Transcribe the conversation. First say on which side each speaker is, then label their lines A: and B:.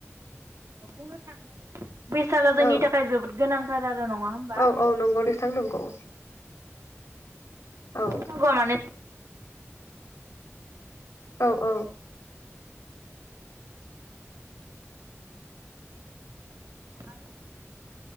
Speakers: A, on the right; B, on the left.
A: बुंनो थाङोब्ला बे बैसागुआ जोंनि
B: औ
A: थाखाय जोबोद गोनांथार आरो नङा होमबा
B: औ औ नंगौ नोथां नंगौ।
A: बैसागुआ
B: औ
A: माने
B: औ औ
A: आरो आसिन काथि